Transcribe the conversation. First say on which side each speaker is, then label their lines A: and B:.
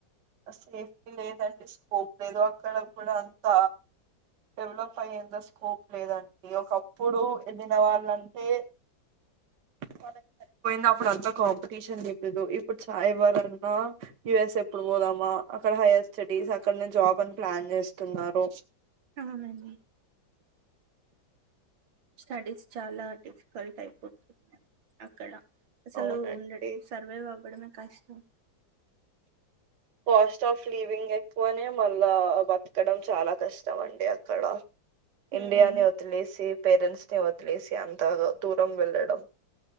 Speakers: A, on the right; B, on the right.
A: సేఫ్టీ లేదండి స్కోప్ లేదు అక్కడ కూడా అంత డెవలప్ అయ్యేంత స్కోప్ లేదండి ఒకప్పుడు ఎళ్ళిన వాళ్లంటే వాళ్ళకి సరిపోయింది అప్పుడు అంత కాంపిటీషన్ లేదు ఇప్పుడు చాయిబర్ అన్నా యుఎస్ ఎప్పుడు పోదాం మా అక్కడ హైయర్ స్టడీస్ అక్కడనే జాబ్ అని ప్లాన్ చేస్తున్నారు
B: అవునండి స్టడీస్ చాలా డిఫికల్ట్ అయిపోతుంది అక్కడ అసలు
A: అవునండి
B: ఉండ సర్వైవ్ అవ్వడమే కష్టం
A: కాస్ట్ ఆఫ్ లివింగ్ ఎక్కువనే మళ్ళా బతకడం చాలా కష్టం అండి అక్కడ ఇండియానేే
B: ఉమ్
A: వదిలేసి పేరెంట్స్ ని వదిలేసి అంత గా దూరం వెళ్ళడం